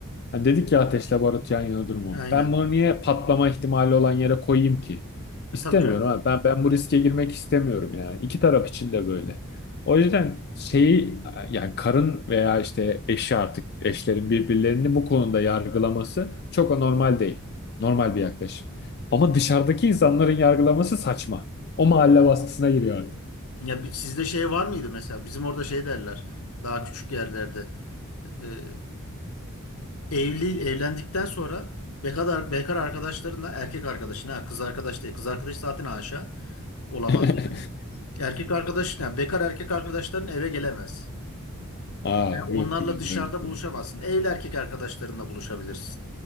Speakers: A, on the left; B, on the left.
A: Ha, dedik ya ateşle barut yan yana durumu.
B: aynen.
A: Ben bunu niye patlama ihtimali olan yere koyayım ki?
B: E,
A: İstemiyorum
B: tabii canım.
A: ha. Ben ben bu riske girmek istemiyorum yani. İki taraf için de böyle. O yüzden şeyi yani karın veya işte eşi artık eşlerin birbirlerini bu konuda yargılaması çok anormal değil. Normal bir yaklaşım. Ama dışarıdaki insanların yargılaması saçma. O mahalle baskısına giriyor artık.
B: Ya bi- sizde şey var mıydı mesela? Bizim orada şey derler. Daha küçük yerlerde. e, e, evli evlendikten sonra bekar, bekar arkadaşlarınla erkek arkadaşına kız arkadaş değil. Kız arkadaş zaten haşa olamaz
A: <laughs>
B: yani. Erkek arkadaşın, yani bekar erkek arkadaşların eve gelemez.
A: Aa
B: Ve Onlarla
A: yoktu bizde
B: dışarıda
A: öyle bir şey.
B: buluşamazsın. Evli erkek arkadaşlarınla buluşabilirsin.